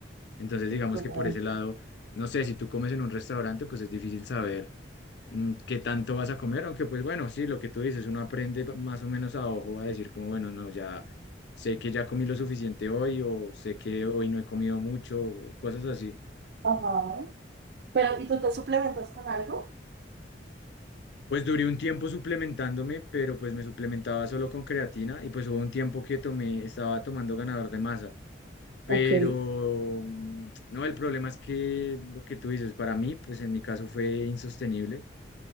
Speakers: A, on the left (about 65°); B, on the right (about 60°).
A: Entonces,
B: Sí,
A: digamos
B: claro.
A: que por ese lado, no sé, si tú comes en un restaurante, pues es difícil saber mm, qué tanto vas a comer, aunque pues bueno, sí, lo que tú dices, uno aprende pa- más o menos a ojo a decir como, bueno, no, ya sé que ya comí lo suficiente hoy o sé que hoy no he comido mucho, o cosas así.
B: Ajá. Pero, ¿y tú te suplementas con algo?
A: Pues duré un tiempo suplementándome, pero pues me suplementaba solo con creatina y pues hubo un tiempo que tomé, estaba tomando ganador de masa. Pero
B: Ok.
A: mm, no, el problema es que lo que tú dices, para mí, pues en mi caso fue insostenible